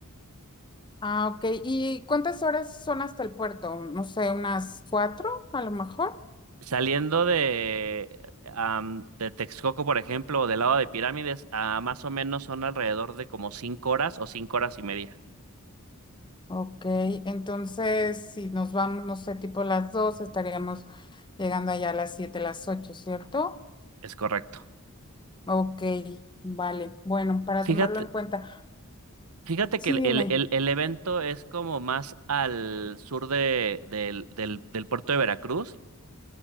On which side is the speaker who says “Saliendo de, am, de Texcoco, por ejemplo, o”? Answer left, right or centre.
Right